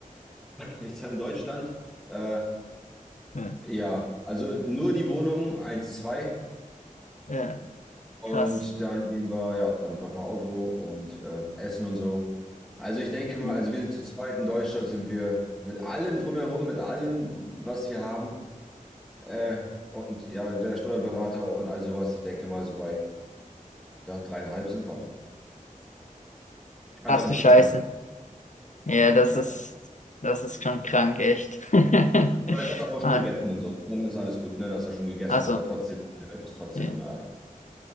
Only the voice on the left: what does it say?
Hm.
Ja,
krass.
Hm.
Hast
du
Scheiße. Ja, das
ist, das ist schon krank, echt. <laughs>
Ah,
Also,
ja,